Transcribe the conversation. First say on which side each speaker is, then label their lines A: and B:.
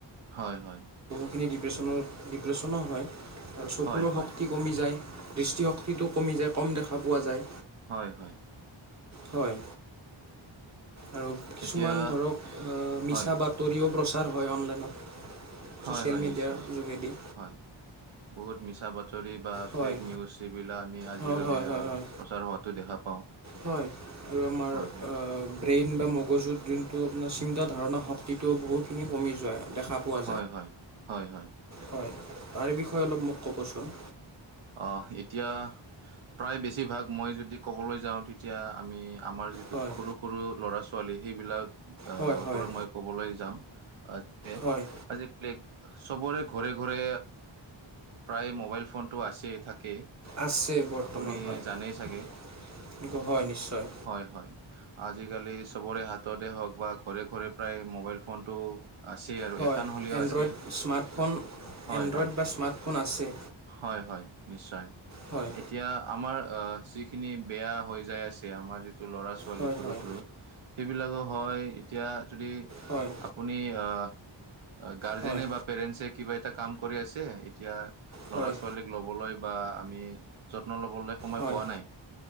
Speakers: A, on the right; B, on the right.
A: হয় হয়
B: সেইখিনি ডিপ্ৰেশ্যনৰ ডিপ্ৰেশ্যনো হয় আৰু চকুৰো
A: হয় হয়
B: শক্তি কমি যায় দৃষ্টিশক্তিটো কমি যায় কম দেখা পোৱা যায়
A: হয় হয়
B: হয় আৰু কিছুমান
A: এতিয়া
B: ধৰক মিছা
A: হয়
B: বাতৰিও প্ৰচাৰ হয় অনলাইনত ছ'চিয়েল
A: হয় হয়
B: মিডিয়াৰ
A: নিশ্চয়
B: যোগেদি
A: হয় বহুত মিছা বা বাতৰি বা
B: হয়
A: ফেক নিউজ এইবিলাক আমি আজিকালি
B: হয় হয়
A: প্ৰচাৰ
B: হয় হয়
A: হোৱাতো দেখা পাওঁ
B: হয় আৰু আমাৰ
A: হয় হয়
B: ব্ৰেইন বা মগজুত যোনটো আপোনাৰ চিন্তাধাৰণা শক্তিটো বহুতখিনি কমি যায় দেখা পোৱা
A: হয় হয় হয় হয়
B: হয় তাৰ বিষয়ে অলপ মোক ক'বচোন
A: অ এতিয়া প্ৰায় বেছিভাগ মই যদি ক'বলৈ যাওঁ তেতিয়া আমি আমাৰ যিটো
B: হয়
A: সৰু সৰু ল'ৰা ছোৱালী সেইবিলাক আহ
B: হয় হয়
A: ওপৰত মই ক'বলৈ যাম আহ যে
B: হয়
A: আজিকালি চবৰে ঘৰে ঘৰে প্ৰায় মোবাইল ফোনতটো আছে থাকেই
B: আছে বৰ্তমান
A: আপুনি
B: হয়
A: জানেই চাগে
B: হয় নিশ্চয়
A: হয় হয় আজ আজিকালি চবৰে হাততে হওক বা ঘৰে ঘৰে প্ৰায় মোবাইল ফোনটো আছেই আৰু
B: হয়
A: এখন হ'লেও
B: এনড্ৰইড
A: আছে
B: স্মাৰ্টফোন
A: হয়
B: এনড্ৰইড
A: হয়
B: বা স্মাৰ্টফোন আছে।
A: হয় হয় নিশ্চয়
B: হয়
A: এতিয়া আমাৰ অ যিখিনি বেয়া হৈ যায় আছে আমাৰ যটো ল'ৰা ছোৱালী
B: হয়
A: সৰু
B: হয়
A: সৰু সেইবিলাকো হয় এতিয়া যদি
B: হয়
A: আপুনি আহ গাৰ্জেন
B: হয়
A: বা পেৰেন্টছে কিবা এটা কাম কৰি আছে এতিয়া
B: হয়
A: লৰা ছোৱালীক লবলৈ য আমি যত্ন লবলে সময়
B: হয়
A: পোৱা নাই